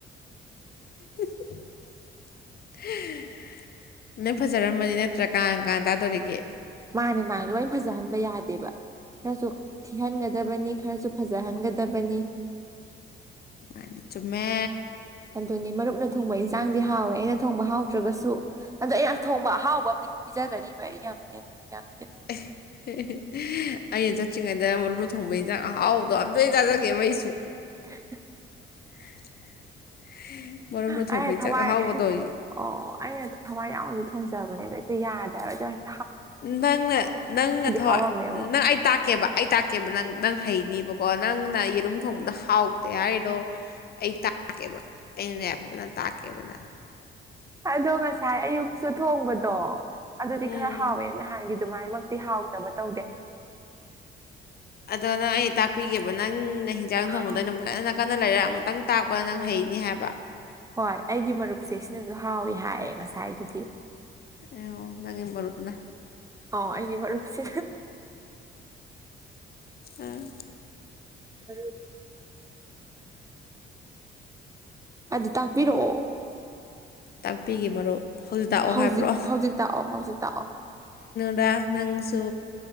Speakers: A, on the left; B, on the right.
A: <inaudible> ꯂꯣꯌ ꯐꯖꯔꯝꯃꯗꯤ ꯅꯠꯇ꯭ꯔ ꯀꯥ ꯀꯥꯟ ꯇꯥꯗꯣꯔꯤꯦ ꯌꯦ
B: ꯃꯥꯅꯦ ꯃꯥꯅꯦ ꯂꯣꯏ ꯐꯖꯍꯟꯕ ꯌꯥꯗꯦꯕ ꯈꯤꯇꯡꯁꯨ ꯊꯤꯍꯟꯒꯗꯕꯅꯤ ꯈꯔꯁꯨ ꯐꯖꯍꯟꯒꯗꯕꯅꯤ
A: ꯃꯥꯅꯤ ꯆꯃꯦ
B: ꯑꯗꯨꯅꯤ ꯃꯔꯨꯞꯅ ꯊꯣꯡꯕ ꯏꯟꯁꯥꯡꯗꯤ ꯍꯥꯎꯋꯦ ꯑꯩꯅ ꯊꯣꯡꯕ ꯍꯥꯎꯇ꯭ꯔꯒꯁꯨ ꯑꯗꯣ ꯑꯩ ꯊꯣꯡꯕ ꯑꯍꯥꯎꯕ ꯑꯝꯇ ꯄꯤꯖꯒꯅꯤ ꯑꯩꯌꯝ ꯄꯦꯅꯗꯦ ꯑꯩꯌꯥꯝ
A: <inaudible> ꯑꯩꯅ ꯆꯠꯇ꯭ꯔꯤꯉꯩꯗ ꯃꯔꯨ ꯊꯣꯡꯕ ꯍꯟꯖꯥꯡ ꯑꯍꯥꯎꯕꯗꯣ ꯑꯝꯇ ꯆꯥꯖꯒꯦꯕ ꯑꯩꯁꯨ
B: <inaudible>
A: <inaudible> ꯃꯔꯨꯝꯅ ꯊꯣꯡꯕ
B: ꯑꯩꯅ
A: ꯏꯟꯖꯥꯡ
B: ꯊꯋꯥꯏ
A: ꯑꯍꯥꯎꯕꯗꯣ
B: ꯑꯣ ꯑꯩꯅ ꯊꯋꯥꯏ ꯌꯥꯎ ꯅꯤ ꯊꯣꯡꯖꯕꯅꯦ ꯑꯗꯣ ꯇꯤꯌꯗꯦ ꯍꯥꯌꯕꯥ ꯑꯗꯨ
A: ꯅꯪꯅ ꯅꯪꯅ ꯊꯣꯏ
B: ꯍꯥꯎꯔꯝꯃꯦ ꯑꯃꯨꯛ
A: ꯅꯪ ꯑꯩ ꯇꯥꯛꯀꯦꯕ ꯑꯩ ꯇꯥꯛꯀꯦꯕ ꯅꯪ ꯅꯪ ꯍꯩꯅꯤꯕꯀꯣ ꯅꯪꯅ ꯌꯦꯔꯨꯝ ꯊꯣꯡꯕꯗ ꯍꯥꯎꯇꯦ ꯍꯥꯏꯗꯣ ꯑꯩ ꯇꯥꯛꯀꯦꯕ ꯑꯩꯅꯅꯦ ꯐꯖꯅ ꯇꯥꯛꯀꯦꯕꯅ
B: ꯑꯗꯣ ꯉꯁꯥꯏ ꯑꯌꯨꯛꯁꯨ ꯊꯣꯡꯕꯗꯣ ꯑꯗꯨꯗꯤ
A: ꯎꯝ
B: ꯈꯔ ꯍꯥꯎꯋꯦ ꯅꯍꯥꯟꯒꯤ ꯑꯗꯨꯃꯥꯏꯃꯛꯇꯤ ꯍꯥꯎꯇꯕ ꯇꯧꯗꯦ
A: ꯑꯗꯣ ꯅꯪ ꯑꯩ ꯇꯥꯛꯄꯤꯒꯦꯕ ꯅꯪ ꯅꯩ ꯍꯤꯟꯖꯥꯡ ꯊꯣꯡꯕꯗꯨ
B: ꯍꯥꯎꯋꯦ
A: ꯑꯩꯅꯥ ꯐꯖꯅ ꯀꯟꯅ ꯂꯩꯔ ꯑꯃꯨꯛꯇꯪ ꯇꯥꯛꯄꯅ ꯅꯪ ꯍꯩꯅꯤ ꯍꯥꯏꯕ
B: ꯍꯣꯏ ꯑꯩꯒꯤ ꯃꯔꯨꯞꯁꯦ ꯁꯤꯅꯁꯨ ꯍꯥꯎꯋ ꯍꯥꯏꯌꯦ ꯉꯁꯥꯏꯕꯨꯗꯤ
A: ꯑꯩ ꯑꯣ ꯅꯪꯒꯤ ꯃꯔꯨꯞꯅ
B: ꯑꯥꯎ ꯑꯩꯒꯤ ꯃꯔꯨꯞꯁꯤ
A: ꯑ
B: ꯃꯔꯨꯞ ꯑꯗꯨ ꯇꯥꯛꯄꯤꯔꯛꯑꯣ
A: ꯇꯥꯛꯄꯤꯒ ꯃꯔꯨꯞ ꯍꯧꯖꯤꯛ ꯇꯥꯛꯑꯣ
B: ꯍꯧꯖꯤꯛ
A: ꯍꯥꯏꯕ꯭ꯔꯣ
B: ꯍꯧꯖꯤꯛ ꯇꯥꯛꯑꯣ ꯍꯧꯖꯤꯛ ꯇꯥꯛꯑꯣ
A: ꯑꯗ ꯅꯪꯁꯨ